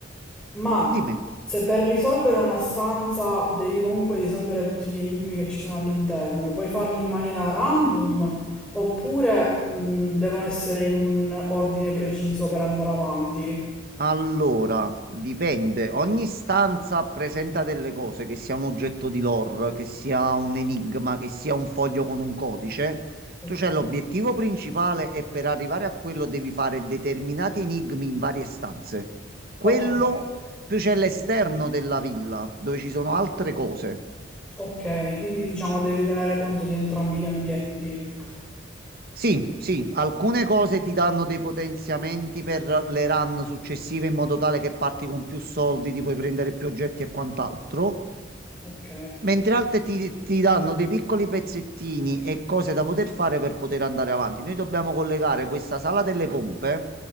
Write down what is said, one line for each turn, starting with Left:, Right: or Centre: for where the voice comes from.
Centre: Ma,
Right: Dimmi.
Centre: se per risolvere una stanza devi comunque risolvere tutti gli enigmi che ci sono all'interno, puoi farli in maniera random oppure mh, devono essere in un ordine preciso per andare avanti.
Right: Allora, dipende. Ogni stanza presenta delle cose, che sia un oggetto di lore, che sia un enigma, che sia un foglio con un codice.
Centre: Ok.
Right: Tu c'hai l'obiettivo principale e per arrivare a quello devi fare determinati enigmi in varie stanze. Quello
Centre: Ok.
Right: più c'è l'esterno della villa, dove ci sono altre cose.
Centre: Ok, quindi diciamo devi tenere conto di entrambi gli ambienti.
Right: Sì, sì, alcune cose ti danno dei potenziamenti per le run successive in modo tale che parti con più soldi, ti puoi prendere più oggetti e quant'altro.
Centre: Ok,
Right: Mentre altre ti, ti danno dei piccoli pezzettini e cose da poter fare per poter andare avanti. Noi dobbiamo collegare questa sala delle pompe